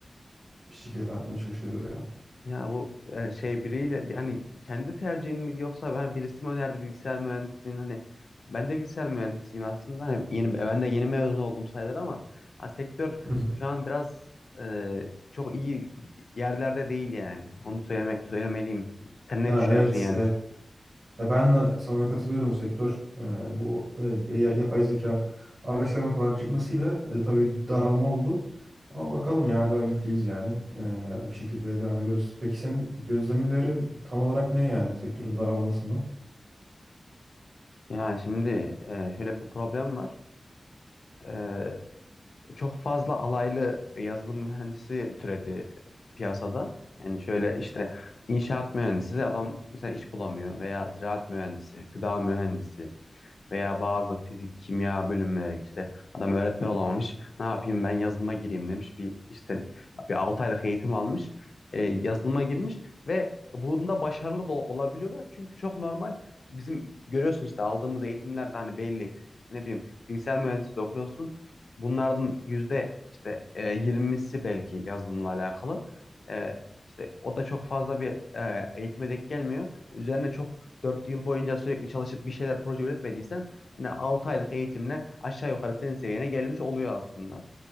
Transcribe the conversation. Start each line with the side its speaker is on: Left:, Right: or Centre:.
Right: e, bir şekilde devam etmeye çalışıyoruz yani.
Left: Ya bu e, şey biriyle bir- hani kendi tercihin mi yoksa ben birisi mi önerdi bilgisayar mühendisliğini hani ben de bilgisayar mühendisiyim aslında. Hani yeni ben de yeni mezun oldum sayılır ama ha, sektör
Right: Hı hı.
Left: şu an biraz e, çok iyi yerlerde değil yani. Onu söylemek söylemeliyim. Sen ne
Right: Ha,
Left: düşünüyorsun
Right: evet.
Left: yani?
Right: evet. E, ben de sana katılıyorum sektör. E, bu e, ya- yapay zeka araçlarının falan çıkmasıyla e, tabii bir daralma oldu. Ama bakalım ya hala ümitliyiz yani. E, bir şekilde devam ediyoruz. Peki senin gözlemlerin tam olarak ne yani sektörün daralmasından?
Left: Ya şimdi e, şöyle bir problem var. Ee, çok fazla alaylı yazılım mühendisi türedi piyasada. Yani şöyle işte inşaat mühendisi adam mesela iş bulamıyor veya ziraat mühendisi, gıda mühendisi. Veya bazı fizik, kimya bölümleri işte adam öğretmen olamamış. Ne yapayım ben yazılıma gireyim demiş. Bir işte bir 6 aylık eğitim almış. E, yazılıma girmiş ve bunda başarılı da olabiliyorlar. Çünkü çok normal bizim görüyorsun işte aldığımız eğitimlerde hani belli işte ne bileyim bilgisayar mühendisliği de okuyorsun. Bunlardan yüzde işte e, 20'si belki yazılımla alakalı. E, işte o da çok fazla bir e, eğitime denk gelmiyor. Üzerine çok Dört yıl boyunca sürekli çalışıp bir şeyler proje üretmediysen yani 6 aylık eğitimle aşağı yukarı senin seviyene gelmiş oluyor aslında.